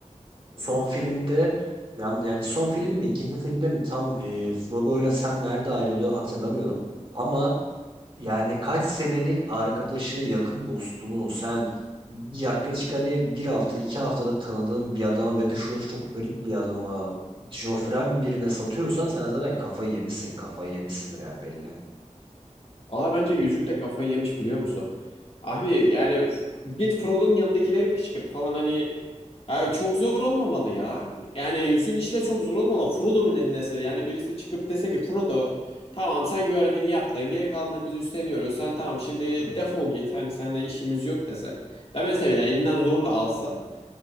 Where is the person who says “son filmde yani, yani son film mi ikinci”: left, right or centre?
Right